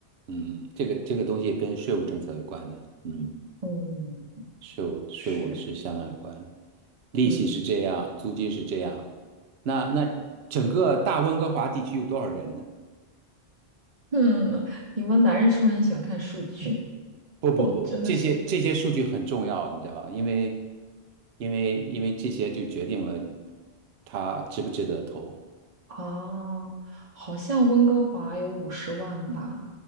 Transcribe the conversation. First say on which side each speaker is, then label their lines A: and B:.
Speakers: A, on the right; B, on the right.
A: 嗯，这个这个东西跟税务政策有关的，嗯，
B: 嗯，
A: 税务税务是相当有关的，
B: 是，
A: 利息是这样，
B: 嗯
A: 租金是这样，那那整个大温哥华地区有多少人呢？
B: 嗯，<laughs> 你们男人是不是很喜欢看数据？<laughs>
A: 不不不，
B: 我真的是。
A: 这些这些数据很重要，你知道吧？因为因为因为这些就决定了它值不值得投，
B: 哦，好像温哥华有五十万吧，